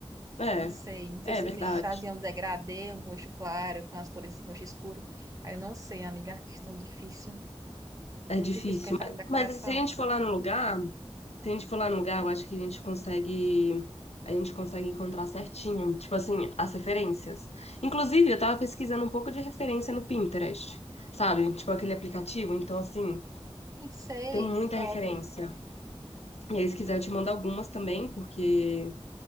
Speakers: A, on the left; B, on the right.
A: É.
B: Não sei. Não sei
A: É
B: se
A: verdade.
B: eles faziam um degradê, um roxo claro, com as cores roxo escuro. Aí eu não sei, amiga, acho tão difícil.
A: É
B: Muito
A: difícil.
B: difícil pensar
A: Mas,
B: na decoração.
A: mas se a gente for lá no lugar, se a gente for lá no lugar, eu acho que a gente consegue. A gente consegue encontrar certinho, tipo assim, as referências. Inclusive, eu tava pesquisando um pouco de referência no Pinterest, sabe? Tipo aquele aplicativo. Então, assim,
B: Não sei,
A: Tem muita
B: top.
A: referência. E aí, se quiser, eu te mando algumas também, porque